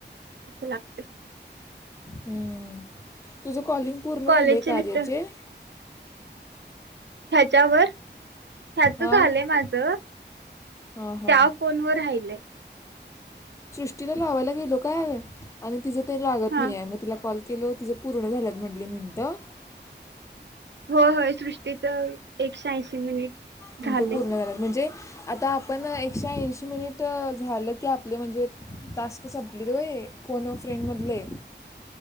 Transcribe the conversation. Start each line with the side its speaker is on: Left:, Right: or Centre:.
Right: कस लागतंय.
Left: हम्म तुझ कॉलिंग पूर्ण
Right: कॉलेजची
Left: झालंय कार्याचे?
Right: लिस्ट ह्याच्यावर? ह्याच
Left: हां
Right: झालय माझ त्या
Left: हां हां
Right: फोन वर राहिलय.
Left: सृष्टीला लावायला गेलो काय आणि तिचं ते लागत
Right: हा
Left: नाहीये मग तिला कॉल केल तिझं पूर्ण झाल्यात म्हटली मिनटं.
Right: होय होय सृष्टीच एकशे ऐंशी मिनिट
Left: म्हणतो
Right: झाले
Left: पूर्ण झाल्यात म्हणजे आता आपण एकशे ऐंशी मिनिट मिनटं झालं की आपलं म्हणजे टास्क संपलीत होय फोन व फ्रेंड मधले?